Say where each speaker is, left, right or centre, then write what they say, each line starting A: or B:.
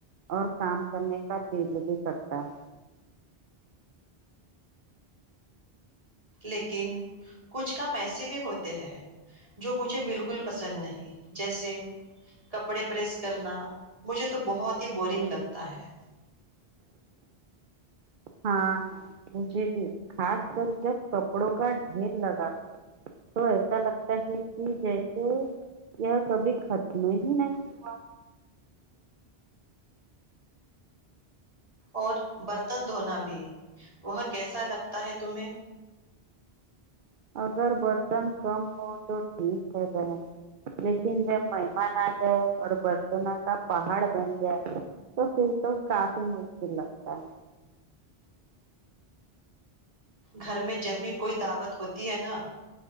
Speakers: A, on the right; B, on the right.
A: اور کام کرنے کا دل بھی کرتا ہے
B: لیکن کچھ کام ایسے بھی ہوتے ہیں جو مجھے بالکل پسند نہیں جیسے کپڑے پریس کرنا مجھے تو بہت ہی بورنگ لگتا ہے
A: ہاں ن مجھے بھی خاص کر جب کپڑوں کا ڈھیر لگا تو ایسا لگتا ہے کہ جیسے یہ کبھی ختم ہی نہیں ہوا
B: اور برتن دھونا بھی وہ کیسا لگتا ہے تمہیں
A: اگر برتن کم ہو تو ٹھیک رہ ج ہے لیکن جب مہمان آ جائے اور برتنوں کا پہاڑ بن جائے تو پھر تو کافی مشکل لگتا ہے
B: گھر میں جب بھی کوئی دعوت ہوتی ہے نا